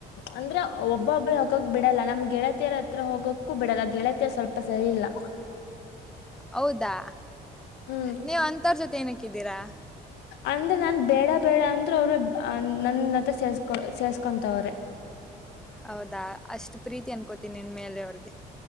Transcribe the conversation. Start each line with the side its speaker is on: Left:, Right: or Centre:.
Left: ಅಂದ್ರೆ ಒಬ್ಬೊಬ್ಬ್ರ ಹೋಗಕ್ ಬಿಡಲ್ಲ ನಮ್ ಗೆಳತಿಯರ್ ಹತ್ರ ಹೋಗಕ್ಕೂ ಬಿಡಲ್ಲ ಗೆಳತಿಯರ್ ಸ್ವಲ್ಪ ಸರಿ ಇಲ್ಲ
Centre: ಹೌದಾ
Left: ಹ್ಞೂ
Centre: ನೀವು ಅಂತರ ಜೊತೆ ಏನಕಿದ್ದೀರಾ
Left: ಅಂದ್ರೆ ನನ್ ಬೇಡ ಬೇಡ ಅಂದ್ರೆ ಅವ್ರ ನನ್ನತ್ರ ಸೆರ್ ಸೇರ್ಕೋತಾರೆ
Centre: ಹೌದಾ ಅಷ್ಟು ಪ್ರೀತಿ ಅನ್ಕೋತೀನಿ ನಿನ್ ಮೇಲೆ ಅವ್ರಿಗೆ